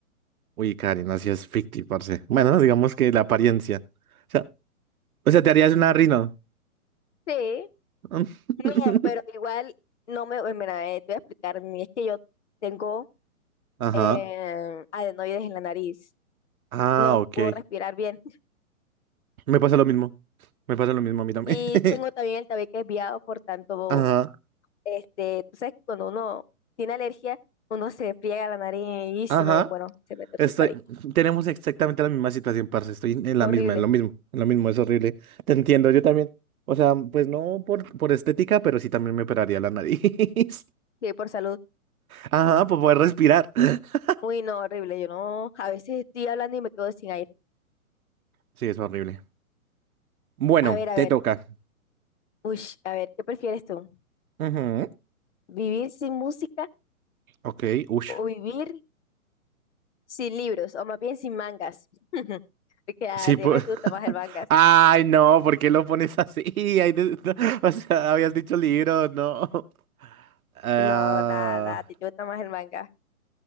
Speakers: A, on the right (about 75°); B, on the left (about 55°).
A: Uy, Karen, así es ficti, parce. Bueno, digamos que la apariencia. O sea, o sea, te harías una rino.
B: Sí,
A: <laughs>
B: no, pero igual no me. eh, Mira, eh, te voy a explicar. mi- Es que yo tengo
A: Ajá.
B: eh, adenoides en la nariz.
A: Ah,
B: No
A: ok.
B: puedo respirar bien. <laughs>
A: Me pasa lo mismo. Me pasa lo mismo a mí también.
B: Y
A: <laughs>
B: tengo también el tabique desviado, por tanto,
A: Ajá.
B: este, tú sabes, que cuando uno tiene alergia, uno se friega la nariz y se
A: Ajá.
B: me, bueno, se me torce
A: Estoy-
B: el tabique.
A: tenemos exactamente la misma situación, parce. Estoy en la
B: Horrible.
A: misma, en lo mismo, en lo mismo, es horrible. Te entiendo, yo también. O sea, pues no por, por estética, pero sí también me operaría la nariz. <laughs>
B: Sí, por salud.
A: Ajá, por poder respirar. <gasps> <laughs>
B: Uy, no, horrible. Yo no. A veces estoy hablando y me quedo sin aire.
A: Sí, es horrible. Bueno,
B: A ver, a
A: te
B: ver.
A: toca.
B: Uy, a ver, ¿qué prefieres tú?
A: Ujú,
B: ¿Vivir sin música?
A: Ok, ush.
B: O vivir sin libros, o más bien sin mangas. <laughs> Porque a
A: Sí,
B: ti
A: por...
B: te gusta
A: <laughs>
B: más el manga.
A: Ay, no, ¿por qué lo pones así? <laughs> Ay, de- <laughs> O sea, habías dicho libro, no. <laughs> Ah,
B: No, nada, nada, a ti te gusta más el manga.